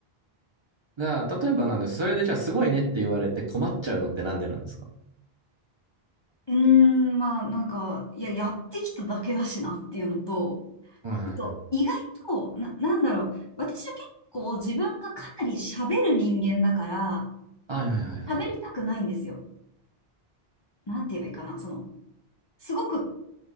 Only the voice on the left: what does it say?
うーん、まあ、なんか、いや、やってきただけだしなっていうのと、
あと、意外と、な、なんだろう、私は結構自分がかなり喋る人間だから、
喋りたくないんですよ。なんて言えばいいかな、その、すごく